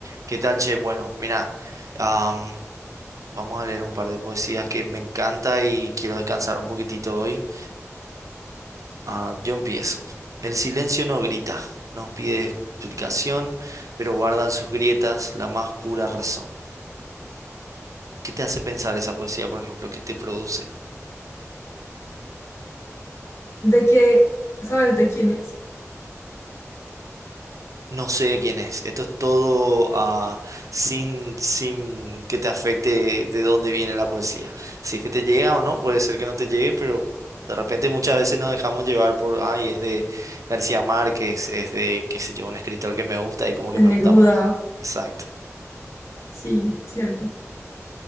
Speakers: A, on the right; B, on the left.
A: ¿Qué tal, che? Bueno, mirá, am, vamos a leer un par de poesías que me encanta y quiero descansar un poquitito hoy. Ah, yo empiezo. El silencio no grita, nos pide explicación, pero guardan sus grietas la más pura razón. ¿Qué te hace pensar esa poesía, por ejemplo? ¿Qué te produce?
B: de que, ¿sabes de quién es?
A: No sé quién es. Esto es todo ah, sin, sin que te afecte de dónde viene la poesía. Si es que te llega o no, puede ser que no te llegue, pero de repente muchas veces nos dejamos llevar por, ay, es de García Márquez, es de, qué sé yo, un escritor que me gusta y como que
B: De
A: me
B: Neruda,
A: gusta más. Exacto.
B: sí, cierto.